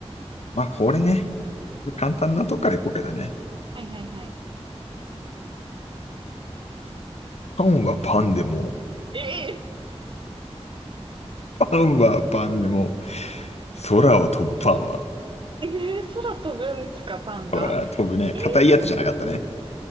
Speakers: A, on the left; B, on the right.
A: まあこれね、簡単なとこから行こうかじゃあね。
B: はいはいはい。
A: パンはパンでも、
B: ええ
A: パンはパンでも、空を飛ぶパンは
B: ええ空飛ぶんすか、パンが
A: だから飛ぶね、
B: ええ
A: 硬いやつじゃなかったね。